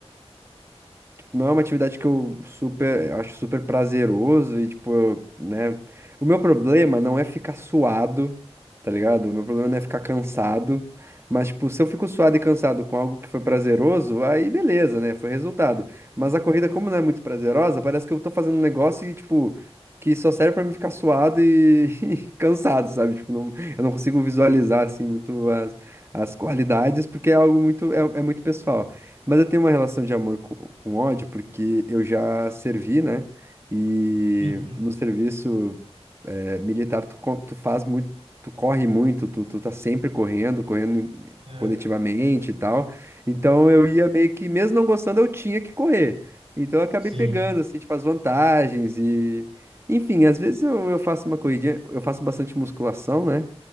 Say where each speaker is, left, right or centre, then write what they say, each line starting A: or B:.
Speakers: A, on the right (about 25°); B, on the right (about 60°).
A: tipo, Não é uma atividade que eu super, acho super prazeroso e, tipo, eu, né? O meu problema não é ficar suado, tá ligado? O meu problema não é ficar cansado. Mas, tipo, se eu fico suado e cansado com algo que foi prazeroso, aí beleza, né? Foi resultado. Mas a corrida, como não é muito prazerosa, parece que eu tô fazendo um negócio e, tipo, que só serve pra mim ficar suado e, <laughs> e cansado, sabe? Tipo, não, eu não consigo visualizar, assim, muito as, as qualidades, porque é algo muito, é é muito pessoal. Mas eu tenho uma relação de amor com, com ódio, porque eu já servi, né? E
B: <laughs>
A: no serviço eh, militar, tu, co- tu faz muito, tu corre muito, tu, tu tá sempre correndo, correndo em-
B: É.
A: coletivamente e tal. Então eu ia meio que, mesmo não gostando, eu tinha que correr. Então eu acabei
B: Sim.
A: pegando, assim, tipo, as vantagens e... Enfim, às vezes eu, eu faço uma corridinha, eu faço bastante musculação, né?